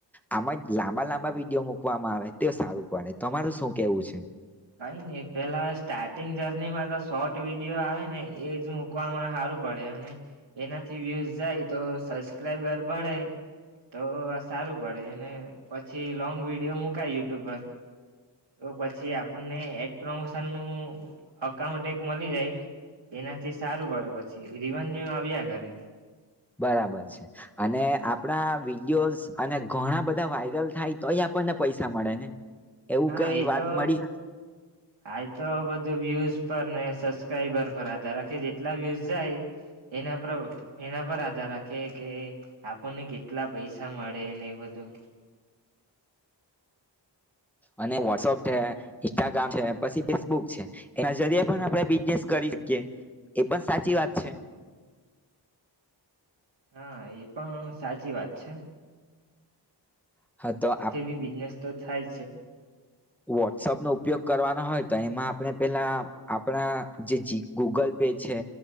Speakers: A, in the centre; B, on the right.
A: આમ જ લાંબા લાંબા વિડીયો મુકવામાં આવે તો સારું પડે તમારું શું કેવું છે?
B: કઈ ન પેલા સ્ટાર્ટિંગ જર્નીમાં તો શોર્ટ વિડીયો આવે ને એજ મુકવામાં સારું પડે અને એનાથી વ્યુઝ જાય તો સબસ્ક્રાઈબર બળે, તો સારું પડે અને પછી લોંગ વિડીયો મુકાય યુટ્યુબ પર. તો પછી આપણને એડ પ્રમોશન નું અકાઉન્ટ એક મળી જાય, એનાથી સારું પડે પછી રિવન્યુ આવ્યા કરે.
A: બરાબર છે. અને આપણા વિડીયોઝ. અને ઘણા બધા વાયરલ થાય તોય આપણને પૈસા મળે ને? એવું
B: હા
A: કઈ
B: એ
A: વાત
B: તો
A: મળી
B: આજ તો બધું વ્યુઝ પર ને સબસ્ક્રાઈબર પર આધાર રાખે જેટલા વ્યુઝ જાય એના પર એના પર આધાર રાખે કે આપણને કેટલા પૈસા મળે ને એ બધું
A: અને વોટસઅપ છે ઇન્સ્ટાગ્રામ છે પછી ફેસબુક છે એના જેરિયે પણ આપણે બિઝનેસ કરી શકીએ એ પણ સાચી વાત છે
B: હા એ પણ સાચી વાત છે
A: હા તો
B: એનાથી બી બિઝનેસ તો થાય છે
A: વોટ્સઅપ નો ઉપયોગ કરવાનો હોય તો એમાં આપણે પેલા આપણા જે ગૂગલ પે છે